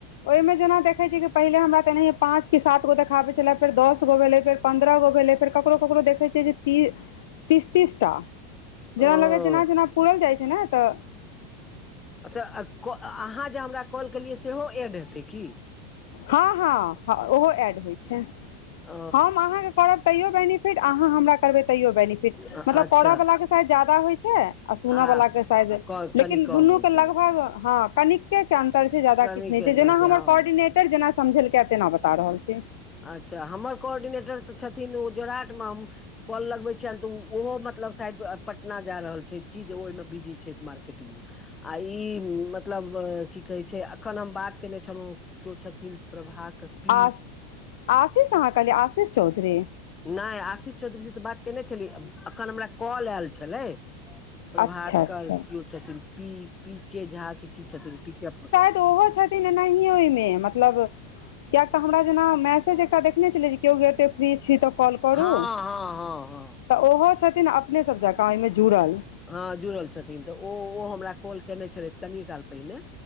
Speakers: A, on the left; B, on the left.
A: ओहि में जेना देखे छै कि पहिले हमरा तेनाहिय पाँच के सात गो देखाबे छले फेर दस गो भेले फेर पन्द्रह गो भेलै फेर ककरो ककरो देखै छियइ त तीस तीसटा जेना
B: ओ
A: लगै जेना जेना पूरल जाइ छइ ने तऽ
B: अच्छा अहाँ जे हमरा कॉल केलियइ सेहो एड हेतै की
A: हँ हँ ओहो एड होइ छय
B: ओ
A: हम अहाँके करब तैं बेनिफिट अहाँ हमरा करबै तैयो बेनीफिट
B: अ-
A: मतलब
B: अच्छा
A: करय वला होइ छै
B: आ
A: के सा
B: क-
A: लेकिन
B: कनि कम
A: दुनू
B: होइ
A: के लग
B: छै
A: भग हं के अन्तर छय जादा
B: कर्मी
A: किछु
B: केन्द्र
A: नहि छै जेना
B: से
A: हमर
B: हँ
A: कोर्डिनेटर जेना समझेलकै तेना बता रहल छै
B: अच्छा हमर कोर्डिनेटर तऽ छथिन ओ जोराट में हम कल लगबे छियनि तऽ ओहो मतलब शायद पटना जाय रहल छय कि जे ओहिमे बिजी छै मार्केटिंग मे आ ई मतलब की कहे छय अखन हम बात केने छलहुँ किओ छथिन प्रभाक पी
A: आ आशीष आहाँ कहलिय आशीष चौधरी
B: नइ आशीष चौधरी सै तऽ बात केयने छलीै एखन हमरा कॉल आयल छलै प्रभर
A: अच्छा अच्छा
B: किओ छथिन पी पी के झा के की छथिन पी के
A: तऽ ओहो छथिन एनाहिए ओहि में मतलब कियाक तऽ हमरा जेना मैसेज एकटा देखने छले जे केओ गेटे फ्री छी तऽ कॉल करू
B: हँ हँ हँ हँ
A: तऽ ओहो छथिन अपने सब जकाँ ओहि में जुड़ल
B: हँ जुड़ल छथिन तऽ ओ ओ हमरा टोल के नइ छलथि कनि काल पहिने